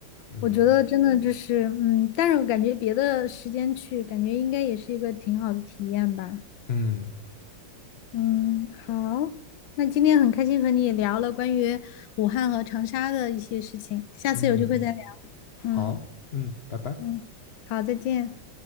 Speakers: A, on the left; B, on the left.
A: 嗯
B: 我觉得真的就是，嗯，但是我感觉别的时间去，感觉应该也是一个挺好的体验吧。
A: 嗯
B: 嗯，好，那今天很开心和你聊了关于武汉和长沙的一些事情，下次有机会再聊。
A: 嗯，
B: 嗯
A: 好，嗯，拜拜。
B: 嗯，好，再见。